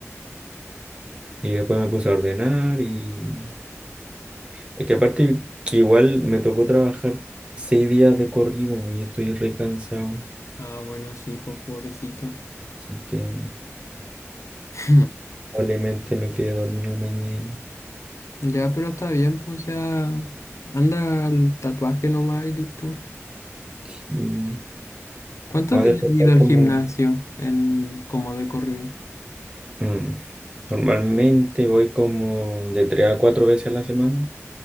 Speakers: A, on the right (about 20°); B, on the left (about 70°).
A: Y después me puse a ordenar y... Es que aparte que igual me tocó trabajar seis días de corrido y estoy re cansado.
B: Ah, bueno, sí, pues pobrecito.
A: Así que
B: <laughs>
A: probablemente me quede dormido mañana.
B: Ya, pero está bien, pues, o sea, anda al tatuaje nomás y listo.
A: Sí. Me
B: ¿Cuántos
A: Voy a
B: días
A: despertar
B: has ido al
A: como...
B: gimnasio en, como de corrido?
A: Mm, Normalmente voy como de tres a cuatro veces a la semana.